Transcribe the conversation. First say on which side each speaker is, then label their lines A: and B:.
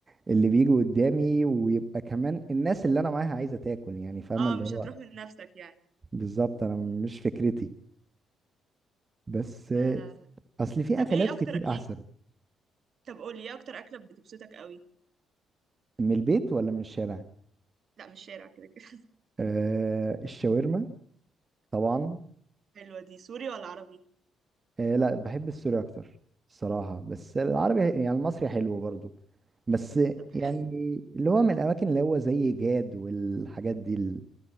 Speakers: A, on the right (about 30°); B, on the right (about 55°).
A: اللي بيجي قدامي ويبقى كمان الناس اللي انا معاها عايزه تاكل يعني فاهمه
B: اه
A: اللي
B: مش
A: هو
B: هتروح من نفسك يعني
A: بالظبط انا مش فكرتي بس
B: لا لا لا
A: اصل في
B: طب
A: اكلات
B: ايه أكتر
A: كتير احسن
B: يعني طب قولي ايه أكتر أكلة بتبسطك قوي
A: من البيت ولا من الشارع
B: لا مش شارع كده كده
A: أه الشاورما طبعا
B: <laughs> حلوة دي سوري ولا عربي
A: إيه لا بحب السوري اكتر الصراحه بس العربي يعني المصري حلو برضو بس
B: طب
A: يعني
B: حلو
A: اللي هو من الاماكن اللي هو زي جاد والحاجات دي ال-